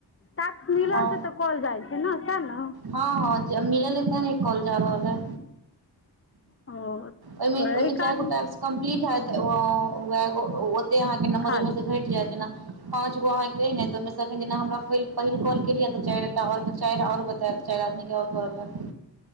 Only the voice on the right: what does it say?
हँ
हँ हँ जेय मिलल यऽ तैं ने कॉल जा रहल ऐ।
ओहिमे
ओहिमे
जे
गोटा टास कम्प्लीट हैत वैह गो <unintelligible> से अहाँ के नंबर
ओहिमे
से घटि जायत जेना पाँच गो अहाँके अय ने तऽ ओहिमेसँन जेना हमरा पहिल कॉल केलियै तऽ चारिटा चारि आओर बतायत। चारि आदमीे के आओर करलय।